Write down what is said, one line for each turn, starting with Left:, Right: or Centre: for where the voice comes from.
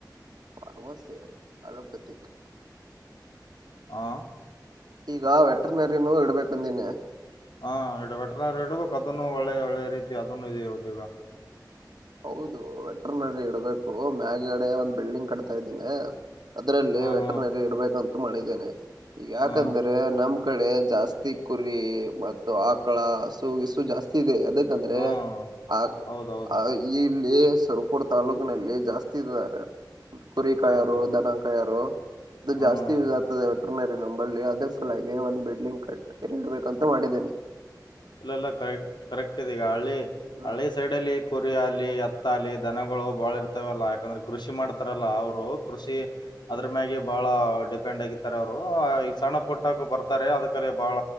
Right: ಫಾರ್ಮಸಿ ಅಲೋಪೆಥಿಕ್
Left: ಆ
Right: ಈಗ ವೆಟ್ರನರಿನೂ ಇಡ್ಬೇಕಂದೀನಿ.
Left: ಹಾ ಇಡು ವೆಟ್ರುನರಿ ಇಡ್ಬೇಕು ಅದುನ್ನು ಒಳ್ಳೆ ಒಳ್ಳೆ ರೀತಿ ಅದುನ್ನು ಇದೆಯ ಉದ್ಯೋಗ.
Right: ಹೌದು ವೆಟ್ರುನರಿ ಇಡ್ಬೇಕು ಮ್ಯಾಗಡೆ ಒಂದ್ ಬಿಲ್ಡಿಂಗ್ ಕಟ್ತಾ ಇದೀನಿ. ಅದ್ರಲ್ಲಿ
Left: ಹ್ಮ್
Right: ವೆಟ್ರುನರಿ
Left: ಹ್ಮ್
Right: ಇಡ್ಬೇಕನ್ ಮಾಡಿದಿನಿ ಯಾಕಂದ್ರೆ
Left: ಹ್ಮ್
Right: ನಮ್ ಕಡೆ ಜಾಸ್ ತಿ ಕುರಿ ಮತ್ತು ಆಕಳಾ ಸೂಗೆಷ್ಟು ಜಾಸ್ತಿ ಇದೆ. ಬೇಕಂದ್ರೆ
Left: ಹ್ಮ್
Right: ಆ
Left: ಹೌದೌದು
Right: ಆ ಅ ಇಲ್ಲಿ ಸುರಪುರ ತಾಲೂಕಿನಲ್ಲಿ ಜಾಸ್ತಿ ಇದಾರೆ. ಕುರಿಕಯರು
Left: ಹೌದೌದು
Right: ದನಕಾಯಾರು ಇದು
Left: ಹ್ಮ್
Right: ಜಾಸ್ತಿ ಆಗ್ತಿದೆ. <unintelligible> ನಂಬಲ್ಲಿ ಅದ್ರ ಸಲಾಗಿ ಒಂದ್ ಬಿಲ್ಡಿಂಗ್ ಕಟ್ ಕಂಬೇಕ್ ಅಂತ ಮಾಡಿದೀನಿ.
Left: ಇಲ್ಲೆಲ್ಲ ಕರೆಕ್ಟ್ ಕರೆಕ್ಟ್ ಇದೀಗ ಹಳ್ಳಿ
Right: ಹ್ಮ್
Left: ಹಳ್ಳಿ ಸೈಡಲ್ಲಿ ಕೊಟ್ ಗರಿ ಅಲ್ಲಿ ಹತ್ತಲ್ಲಿ ದನಗಳು ಬಾಳ ಇರ್ತವಲ್ಲಾ ಯಾಕಂದ್ರೆ ಕೃಷಿ ಮಾಡ್ತರಲ್ಲ ಅವ್ರು ಕೃಷಿ ಅದ್ರ ಮ್ಯಾಗೆ ಬಹಳ ಡಿಪೆಂಡ್ ಆಗಿರ್ತಾರ್ ಅವ್ರು ಈ ಸಣ್ಣ ಪುಟ್ಟಕ ಬರ್ತರೆ ಅದ್ಕಲ್ಲಿ ಬಹಳ